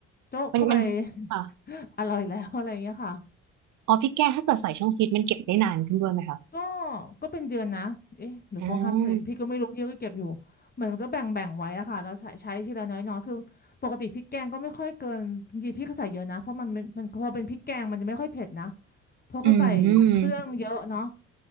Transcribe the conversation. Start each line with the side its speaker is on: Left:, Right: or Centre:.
Left: โจ๊ะเข้าไป
Right: มันมัน
Left: <laughs>
Right: ค่ะ
Left: อร่อยแล้วอะไรอย่างเงี้ยค่ะ
Right: อ๋อพี่แก้ถ้าเกิดใส่ช่องฟีดมันเก็บได้นานขึ้นด้วยไหมคะ
Left: ก็ก็เป็นเดือนนะเอ๊ะหรือเขาห้ามใส่พี่ก็ไม่รู้พี่ก็เก็บอยู่เหมือนมันก็แบ่งแบ่งไว้อะค่ะแล้วใช้ใช้ทีละน้อยๆคือปกติพริกแกงก็ไม่ค่อยเกินจริงๆพี่ก็ใส่เยอะนะเพราะมันมันมันพอเป็นพริกแกงมันจะไม่ค่อยเผ็ดนะ
Right: อ่า
Left: เพราะเขาใส่เครื่องเยอะเนาะ
Right: อืม